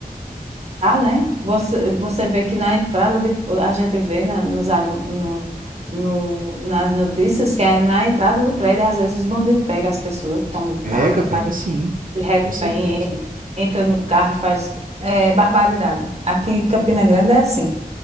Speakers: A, on the right; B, on the right.
A: tá, né? Você, você vê que na entrada de, a gente vê na, nos, anu- no, no, nas notícias que é na entrada de prédio, às vezes os bandidos pegam as pessoas, tomam o
B: Pega,
A: carro, faz
B: pega sim,
A: de refém,
B: com certeza.
A: en- entra no carro e faz é, barbaridade. Aqui em Campina
B: Hum,
A: Grande é assim